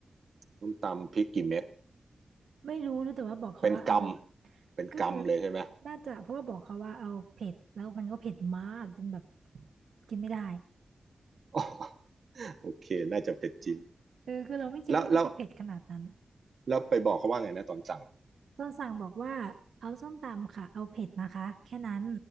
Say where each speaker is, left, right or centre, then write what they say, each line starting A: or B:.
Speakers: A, on the right; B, on the right.
A: ต้มตำพริกกี่เม็ด
B: ำไม่รู้รู้แต่ว่าบอกเขาว่าเอา
A: เป็นกำเป็นกำเลยใช่ไหม
B: ก็คือน่าจะเพราะว่าบอกเขาว่าเอาเผ็ดแล้วมันก็เผ็ดมากจนแบบกินไม่ได้
A: อ๋อ <laughs> โอเคน่าจะเผ็ดจริง
B: เออคือเราไม่คิดว่ามันจะเผ็ดขนาดนั้น
A: แล้วแล้วแล้วไปบอกเขาว่าไงนะตอนสั่ง
B: ต้นสั่งบอกว่าเอาส้มตำค่ะเอาเผ็ดนะคะแค่นั้น